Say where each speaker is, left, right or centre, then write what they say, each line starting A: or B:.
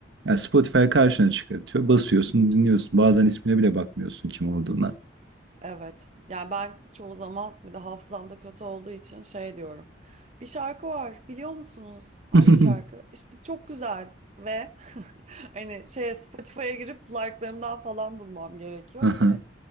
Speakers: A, on the right (about 65°); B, on the right (about 35°).
A: Yani Spotify karşına çıkartıyor. Basıyorsun, dinliyorsun. Bazen ismine bile bakmıyorsun kim olduğuna.
B: Evet. Yani ben çoğu zaman bir de hafızamda kötü olduğu için şey diyorum. Bir şarkı var biliyor musunuz? Hangi
A: <laughs>
B: şarkı? İşte çok güzel ve <laughs> hani şeye Spotify'a girip like'larımdan falan bulmam gerekiyor
A: Aha.
B: ki.